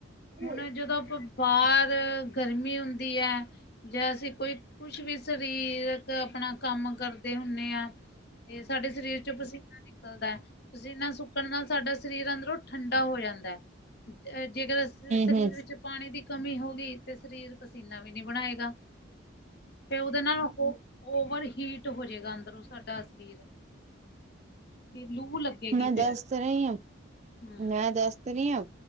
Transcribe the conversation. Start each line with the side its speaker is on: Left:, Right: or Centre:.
Left: ਹੁਣ
Right: ਹੂੰ
Left: ਜਦੋਂ ਆਪਾਂ ਬਾਹਰ ਗਰਮੀ ਹੁੰਦੀ ਐ ਜਾ ਅਸੀਂ ਕੋਈ ਕੁਝ ਵੀ ਸਰੀਰਕ ਆਪਣਾ ਕੰਮ ਕਰਦੇ ਹੁੰਨੇ ਆ। ਤੇ ਸਾਡੇ ਸਰੀਰ ਚੋ ਪਸੀਨਾ ਨਿਕਲਦੇ। ਪਸੀਨਾ ਸੁੱਕਣ ਨਾਲ ਸਾਡਾ ਸਰੀਰ ਅੰਦਰੋਂ ਠੰਡਾ ਹੋ ਜਾਂਦੈ। ਅ ਜੇਕਰ ਅਸੀਂ ਸਰੀਰ
Right: ਹੂੰ ਹੂੰ
Left: ਵਿਚ ਚ ਪਾਣੀ ਦੀ ਕਮੀ ਹੋ ਗਈ ਤੇ ਸਰੀਰ ਪਸੀਨਾ ਵੀ ਨਈ ਬਣਾਏਗਾ ਤੇ ਉਹਦੇ ਨਾਲ ਓ-ਓਵਰ ਹੀਟ ਹੋ ਹੋ ਜਾਏਗਾ ਅੰਦਰੋਂ ਸਾਡਾ ਸਰੀਰ। ਤੇ ਲੂ ਲੱਗੇਗੀ
Right: ਮੈਂ
Left: ਫਿਰ
Right: ਦੱਸ ਤੇ ਰਹੀ ਆ,
Left: ਹਮ
Right: ਮੈਂ ਦੱਸ ਤੇ ਰਹੀ ਆਂ